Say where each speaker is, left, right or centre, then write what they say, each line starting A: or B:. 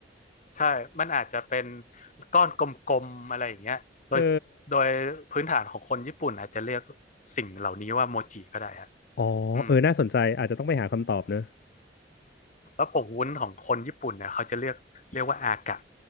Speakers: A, on the left; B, on the left.
A: ใช่มันอาจจะเป็นก้อนกลมๆอะไรอย่างเงี้ยโดยโดยพื้นฐานของคนญี่ปุ่นอาจจะเรียก
B: เออ
A: สิ่งเหล่านี้ว่าโมจิก็ได้ฮะ
B: อ๋อเออน่าสนใจ
A: อืม
B: อาจจะต้องไปหาคำตอบเนอะ
A: แล้วผงวุ้นของคนญี่ปุ่นเนี่ยเขาจะเรียกเรียกว่าอากะ